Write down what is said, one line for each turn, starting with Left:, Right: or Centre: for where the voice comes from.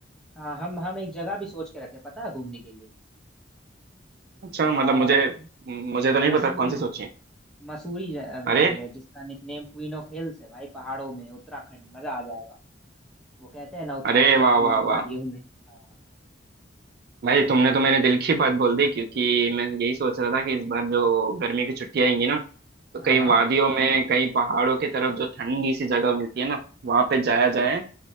Centre: हाँ हम हम एक जगह भी सोच के रखे पता है घूमने के लिए
Right: अच्छा
Centre: आ,
Right: मतलब मुझे मुझे तो नहीं
Centre: मसूरी
Right: पता कौन सी सोची है
Centre: मसूरी जा,
Right: अरे
Centre: जाएंगे जिसका निकनेम क्वीन ऑफ हिल्स है भाई पहाड़ों में उत्तराखंड मजा आ जाएगा वो कहते हैं ना उत्तराखंड
Right: अरे वाह
Centre: की
Right: वाह
Centre: वादियों
Right: वाह
Centre: में हाँ
Right: भाई तुमने तो मेरे दिल की बात बोल दी क्योंकि मैं यही सोच रहा था कि इस बार जो गर्मी की छुट्टियां आएंगी ना तो कहीं
Centre: हाँ
Right: वादियों में कहीं पहाड़ों की तरफ जो ठंडी सी जगह मिलती है ना वहां पे जाया
Centre: हाँ हाँ।
Right: जाए